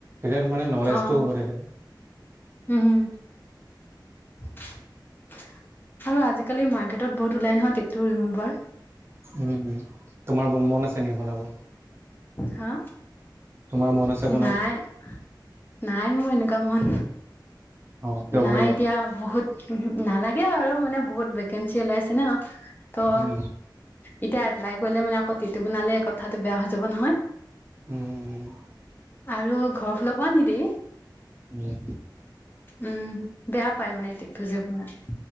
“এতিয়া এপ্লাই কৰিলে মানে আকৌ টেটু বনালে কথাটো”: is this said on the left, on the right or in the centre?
Left